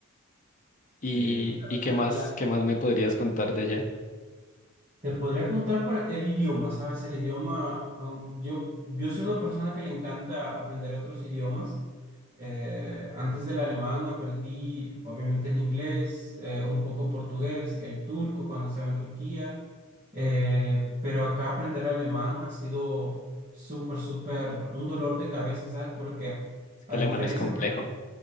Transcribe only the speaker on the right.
Sí,
bueno,
la,
Te podría contar por el idioma, ¿sabes? El idioma, aun- yo, yo soy una persona que le encanta aprender otros idiomas. Eh, antes del alemán aprendí, obviamente, el inglés, eh, un poco portugués, el turco cuando estaba en Turquía, Eh, pero acá aprender alemán ha sido súper, súper un dolor de cabeza, ¿sabes? Porque
a
diferencia,
por